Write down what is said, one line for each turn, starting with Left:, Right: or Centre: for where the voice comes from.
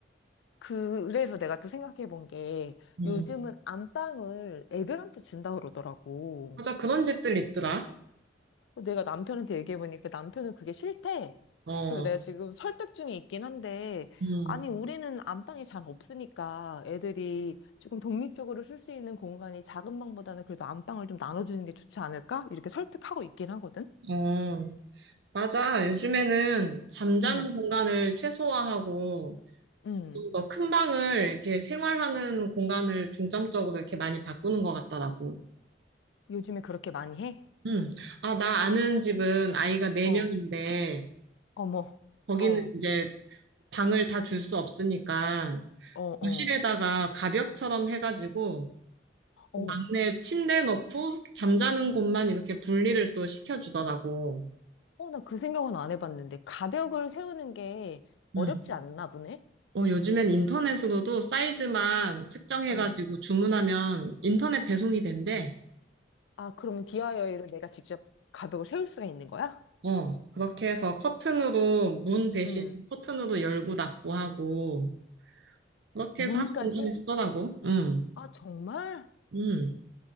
Left: 그래서 내가 또 생각해 본 게
Right: 음,
Left: 요즘은 안방을 애들한테 준다 그러더라고.
Right: 맞아, 그런 집들 있더라.
Left: 내가 남편한테 얘기해 보니까 남편은 그게 싫대.
Right: 어,
Left: 그래서 내가 지금 설득 중에 있긴 한데,
Right: 음,
Left: 아니, 우리는 안방이 잘 없으니까 애들이 조금 독립적으로 쓸 수 있는 공간이 작은 방보다는 그래도 안방을 좀 나눠주는 게 좋지 않을까? 이렇게 설득하고 있긴 하거든?
Right: 어. 맞아. 요즘에는 잠자는
Left: 음,
Right: 공간을 최소화하고
Left: 음.
Right: 좀 더 큰 방을 이렇게 생활하는 공간을 중점적으로 이렇게 많이 바꾸는 것 같더라고.
Left: 요즘에 그렇게 많이 해?
Right: 음. 아, 나 아는 집은 아이가 네명인데
Left: 어. 어머,
Right: 거기는
Left: 어,
Right: 이제 방을 다 줄 수 없으니까
Left: 어,
Right: 거실에다가
Left: 어,
Right: 가벽처럼 해가지고
Left: 어.
Right: 막내 침대 넣고 잠자는 곳만 이렇게 분리를 또 시켜주더라고.
Left: 어, 나 그 생각은 안 해봤는데. 가벽을 세우는 게 어렵지
Right: 음.
Left: 않나 보네?
Right: 어, 요즘엔 인터넷으로도 사이즈만 측정해가지고
Left: 어.
Right: 주문하면 인터넷 배송이 된대.
Left: 아, 그러면 d i y 를 내가 직접 가벽을 세울 수가 있는 거야?
Right: 어, 그렇게 해서 커튼으로, 문 대신
Left: 음.
Right: 커튼으로 열고 닫고 하고, 그렇게
Left: 문까지?
Right: 해서 한 공간에 쓰더라고. 응,
Left: 아, 정말?
Right: 응.